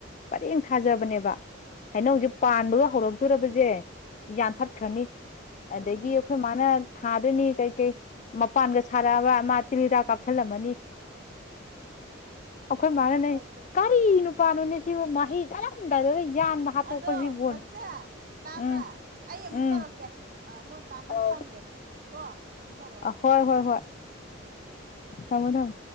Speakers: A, on the left; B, on the right.
A: ꯄꯔꯦꯡ ꯊꯥꯖꯕꯅꯦꯕ꯫ ꯍꯧꯅꯧꯁꯦ
B: ꯎꯝ
A: ꯄꯥꯟꯕꯗ ꯍꯧꯔꯛꯇꯣꯔꯕꯁꯦ ꯌꯥꯟꯊꯠꯈ꯭ꯔꯅꯤ꯫
B: ꯎꯝ
A: ꯑꯗꯒꯤ
B: ꯑꯗꯨꯅꯦ
A: ꯑꯩꯈꯣꯏ ꯃꯥꯅ ꯊꯥꯗꯣꯏꯅꯤ ꯀꯩ ꯀꯩ꯫ ꯃꯄꯥꯟꯒ ꯁꯥꯔꯛꯑꯕ ꯑꯃ ꯇꯤꯜꯍꯗꯥꯥꯛ
B: ꯎꯝ
A: ꯀꯥꯞꯁꯤꯜꯂꯝꯃꯅꯤ꯫ ꯑꯩꯈꯣꯏ ꯏꯃꯅꯅꯦ
B: ꯌꯥꯝ ꯇꯧꯕꯅꯦ
A: ꯀꯔꯤ ꯅꯨꯄꯥꯅꯣꯅꯦ ꯁꯤꯕꯨ ꯃꯍꯩ ꯆꯠꯂꯝꯗꯥꯏꯗ ꯌꯥꯟꯕ꯫ ꯍꯥꯠꯇꯣꯛꯄꯁꯤꯕꯨ
B: ꯑꯗꯣ ꯄꯠꯖꯥ ꯇꯥꯕ꯭ꯔꯥ
A: ꯎꯝ
B: ꯑꯩ ꯑꯃꯨꯛ
A: ꯎꯝ
B: ꯇꯧꯔꯛꯀꯦ꯫ ꯇꯥꯛꯇꯪ
A: ꯑꯧ
B: ꯊꯝꯒꯦ ꯀꯣ ꯑꯃꯨꯛ ꯇꯧꯔꯛꯑꯣ ꯑꯃꯨꯛ
A: ꯍꯣꯏ
B: ꯇꯧꯔꯛꯀꯦ
A: ꯍꯣꯏ
B: ꯑꯩ
A: ꯍꯣꯏ
B: ꯎꯝ꯫
A: ꯊꯝꯃꯣ ꯊꯝꯃꯣ